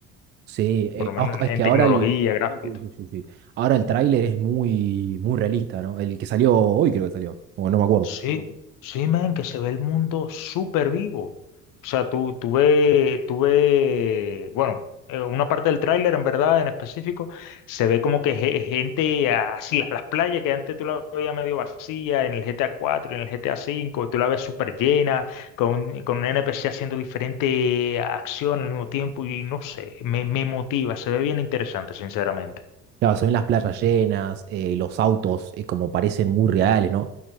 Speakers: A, on the right; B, on the left.
A: Sí, eh,
B: por lo menos
A: ah, es
B: en,
A: que
B: en
A: ahora
B: tecnología,
A: el,
B: Mm. gráfico
A: sí, sí, sí, sí. Ahora el tráiler es muy, muy realista, ¿no? El que salió hoy creo que salió, o no me acuerdo.
B: Sí, sí, man, que se ve el mundo súper vivo. O sea, tú, tú ve, tú ve- bueno, eh, una parte del tráiler, en verdad, en específico, se ve como que ge- gente así, la- las playas que antes tú la veías medio vacía en el GTA 4 y en el GTA cinco, tú la ves súper llena, con, con un NPC haciendo diferente acción al mismo tiempo y no sé, me, me motiva, se ve bien interesante, sinceramente.
A: Claro, se ven las playas llenas, eh, los autos eh, como parecen muy reales, ¿no?